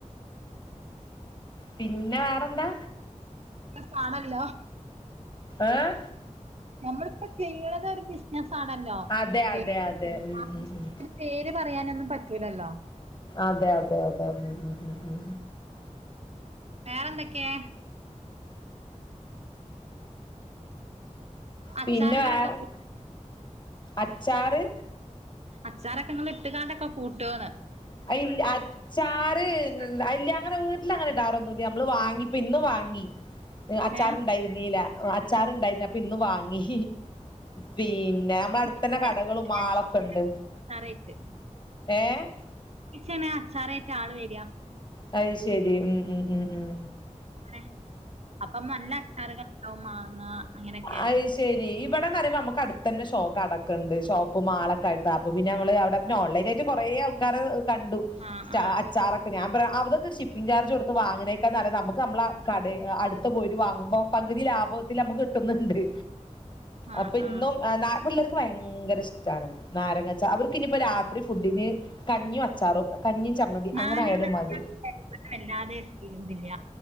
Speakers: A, on the left (about 35°); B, on the right (about 55°).
A: പിന്നെ വേറെന്താ
B: എ സാണല്ലോ
A: ഏഹ്
B: നമ്മളിപ്പ ചെയ്യണത് ഒരു ബിസിനസ് ആണല്ലോ
A: അതെ അതെ
B: <inaudible>
A: അതെ ഉം ഉം ഉം
B: പേര് പറയാനൊന്നും പറ്റൂലല്ലോ
A: അതെ അതെ അതെ ഉം ഉം ഉം ഉം
B: വേറെന്തൊക്കെ അച്ചാറുകളൊക്കെ
A: പിന്നെ വേറെ
B: കൂ
A: അച്ചാറ്
B: അച്ചാറോക്കെങ്ങൾ ഇട്ടുകാണ്ടൊക്കെ കൂട്ടുവോന്ന്
A: അയ്ഇൽ അച്ചാറ് അല്ല അങ്ങനെ വീട്ടില് അങ്ങനെ ഇടാറൊന്നൂ ഇല്ല്യ നമ്മള് വാങ്ങി ഇപ്പൊ ഇന്ന് വാങ്ങി അച്ചാറുണ്ടായിരുന്നീല്ല
B: ഏഹ്
A: അച്ചാറ് ഇണ്ടായിപ്പ ഇന്ന് വാങ്ങി പിന്നെ നമ്മള അടുത്തന്നെ
B: അച്ചാറേറ്റ്
A: കടകളും മാളൊക്കെ ഉണ്ട് ഏഹ്
B: ച്ചേണ അച്ചാറയിട്ട് ആള് വരിക
A: അത് ശരി ഉം ഉം ഉം ഉം
B: ങ്ങനെ അപ്പം വന്ന അച്ചാറുകൾ ഉണ്ടാകും മാങ്ങ അങ്ങനെയൊക്കെ.
A: ആയിഷ് ശരി ഇവിടം വരെ നമക്ക് അടു തന്നെ ഷോക്ക് കടക്കണ്ട് ഷോപ്പ് മാളൊക്കെ ആയിട്ടപ്പ പിന്നെ നമ്മള് അവിടെ പി ഓൺലൈൻ ആയിട്ട് കൊറേ ആൾക്കാര് കണ്ടു
B: ആഹ്
A: സ്റ്റ
B: ആഹ്
A: അച്ചാറൊ ഞാൻ പറയാ അതൊക്കെഷിപ്പിങ് ചാർജ്ടുത്ത് വാങ്ങണേക്കാ നല്ലത് നമുക്ക് നമ്മളെ കടെ അടുത്ത് പോയിട്ട് വാങ്ങുമ്പോ പകുതി ലാഭത്തിൽ നമുക്ക് കിട്ടുന്നുണ്ട്
B: ആഹ്
A: അപ്പൊ ഇന്നും
B: ആഹ്
A: പിള്ളേർക്ക് ഭയങ്കര ഇഷ്ടമാണ് നാരങ്ങച്ച അവർക്ക ഇനിയിപ്പോ രാത്രി ഫുഡിന് കഞ്ഞിയും അച്ചാറും കഞ്ഞിയും ചമ്മതി
B: നാരങ്ങ
A: അങ്ങനെ ആയടും മതി
B: അച്ചാറ് വല്ലാതെ ഇതില്ല.